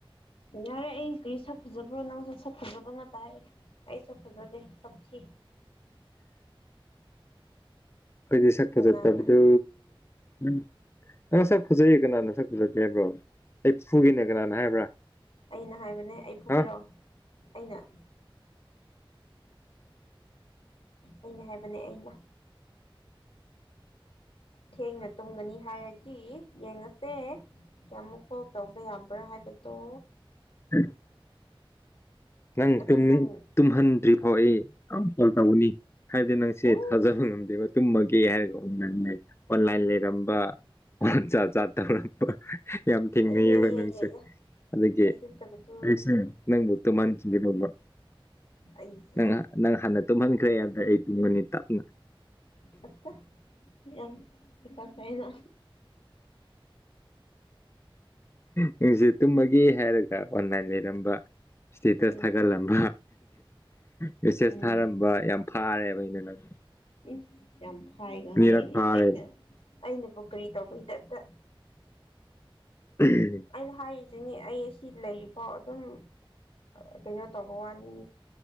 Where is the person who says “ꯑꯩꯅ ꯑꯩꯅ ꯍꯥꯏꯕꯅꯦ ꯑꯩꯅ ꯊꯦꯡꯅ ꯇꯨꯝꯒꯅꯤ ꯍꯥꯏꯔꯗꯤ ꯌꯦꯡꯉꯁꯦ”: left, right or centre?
Left